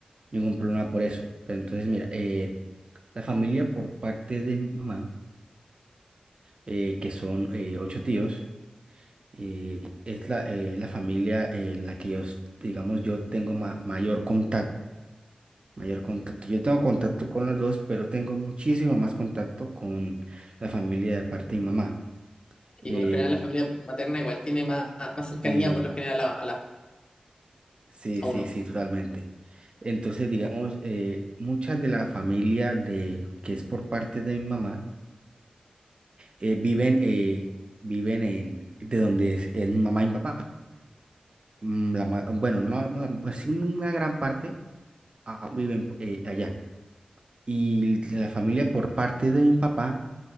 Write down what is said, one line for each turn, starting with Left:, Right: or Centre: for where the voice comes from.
Right: ningún problema por eso. Pero entonces, mira, eh, la familia por parte de mi mamá, eh, que son eh, ocho tíos, eh, es la, eh, la familia eh, en la que yo, s- digamos, yo tengo ma- mayor contacto, mayor contacto. Yo tengo contacto con los dos, pero tengo muchísimo más contacto con la familia de parte de mi mamá. Eh,
Left: Y por lo general la familia materna igual tiene más, más cercanía
Right: sí,
Left: por lo general a, a, la-
Right: sí,
Left: a
Right: sí,
Left: uno.
Right: sí, totalmente. Entonces, digamos, eh, muchas de la familia de, que es por parte de mi mamá, eh, viven, eh, viven en, de donde es, es mi mamá y mi papá. Mm, la ma- bueno, no, no la- pues sí, una gran parte. ah, viven eh, allá. Y de la familia por parte de mi papá,